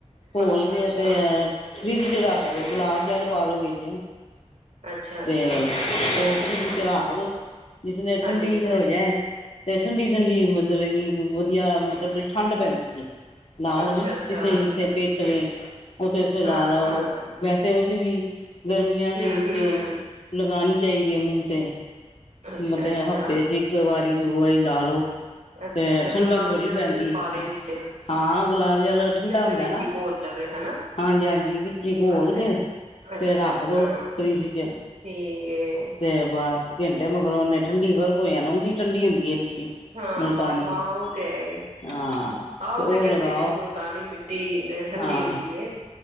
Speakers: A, on the left (about 55°); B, on the right (about 70°).
A: ਘੋਲ
B: ਅੱਛਾ
A: ਗਏ
B: ਅੱਛਾ
A: ਤੇ ਫਰਿੱਜ 'ਚ ਰੱਖ ਦੋ, ਗੁਲਾਬ ਜਲ ਪਾਲੋ ਵਿੱਚ।
B: ਅੱਛਾ ਅੱਛਾ
A: ਤੇ, ਉਹ ਫਰਿੱਜ ਵਿੱਚ ਰਖਦੋ ਜਿਸਲਈ ਠੰਡੀ
B: ਹਾਂਜੀ
A: ਹੋ ਜਾਏ ਤੇ ਠੰਡੀ-ਠੰਡੀ ਮਤਲਬ ਕੀ, ਵਧੀਆ ਮਤਲਬ ਠੰਢ ਪੈਂਦੀ ਜੇ। ਨ੍ਹਾਓ
B: ਅੱਛਾ
A: ਨਾ,
B: ਅੱਛਾ
A: ਜਿੱਥੇ-ਜਿੱਥੇ ਪਿੱਤ ਵੇ, ਉੱਥੇ-ਉਥੇ ਲਾ
B: ਹਾਂ
A: ਲਓ
B: ਹਾਂ
A: ਉੰਝ ਵੀ ਗਰਮੀਆਂ ਦੇ
B: ਹੂੰ
A: ਵਿੱਚ
B: ਹੂੰ
A: ਲਗਾਣੀ ਚਾਹੀਦੀ ਏ, ਮੂੰਹ ਤੇ।
B: ਅੱਛਾ
A: ਮਤਲਬ
B: ਅੱਛਾ
A: ਹਫ਼ਤੇ'ਚ ਇੱਕ ਵਾਰੀ, ਦੋ ਵਾਰੀ ਲਾਲੋ।
B: ਅੱਛਾ
A: ਤੇ
B: ਅੱਛਾ
A: ਠੰਡਕ
B: ਗੁਲਾਬ
A: ਬੜੀ
B: ਜਲ
A: ਪੈਂਦੀ
B: ਪਾ ਲਏ
A: ਆ।
B: ਵਿੱਚ
A: ਹਾਂ, ਗੁਲਾਬ ਜਲ ਠੰਡਾ ਹੁੰਦਾ
B: ਦੇ ਵਿੱਚ
A: ਨਾ,
B: ਹੀ ਘੋਲ ਲਵੇ ਹਨਾ
A: ਹਾਂਜੀ-ਹਾਂਜੀ ਵਿੱਚੇ ਘੋਲਕੇ
B: ਅੱਛਾ ਅੱਛਾ
A: ਤੇ ਰੱਖਦੋ
B: ਅੱਛਾ
A: ਫਰਿਜ਼'ਚ।
B: ਠੀਕ ਏ।
A: ਤੇ ਬਸ ਘੇੰਟੇ ਮਗਰੋਂ ਓਨੇ ਠੰਡੀ ਬਰਫ ਹੋ ਜਾਨਾ, ਉਂਜੀ ਠੰਡੀ ਹੁੰਦੀ। ਮਿੱਟੀ।
B: ਹਾਂ,
A: ਮੁਲਤਾਨੀ
B: ਹਾਂ, ਹਾਂ ਉਹ ਤੇ ਹੈ,
A: ਹਾਂ
B: ਹਾਂ
A: ਤੇ
B: ਓ
A: ਉਹ
B: ਤਾਂ ਕਹਿੰਦੇ
A: ਲਗਾਓ
B: ਨੇ ਮੂ ਮੁਲਤਾਨੀ ਮਿੱਟੀ ਠੰਡੀ
A: ਹਾਂ
B: ਹੁੰਦੀ ਏ।